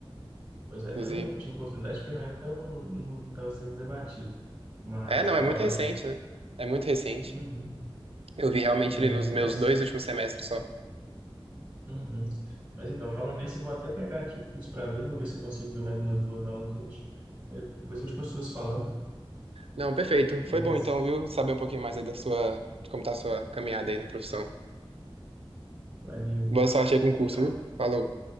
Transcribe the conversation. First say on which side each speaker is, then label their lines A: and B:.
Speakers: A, on the right (about 15°); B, on the right (about 80°).
A: Pois é,
B: Inclusive.
A: eu não tive oportunidade porque na época não estava sendo debatido, mas
B: É, não,
A: agora,
B: é muito recente,
A: né?
B: né? É muito recente.
A: Uhum.
B: Eu vi realmente
A: É,
B: ele nos meus
A: mas,
B: dois últimos semestres só.
A: uhum. Mas então, falando nisso, eu vou até pegar aqui o curso para ver, vou ver se eu consigo ver mais umas duas aulas hoje. Aí depois a gente continua se falando,
B: Não, perfeito.
A: beleza?
B: Foi bom então, viu? Saber um pouquinho mais aí da sua, de como tá a sua caminhada aí na profissão.
A: Valeu,
B: Boa sorte aí com
A: tchau,
B: o curso,
A: tchau.
B: viu? Falou.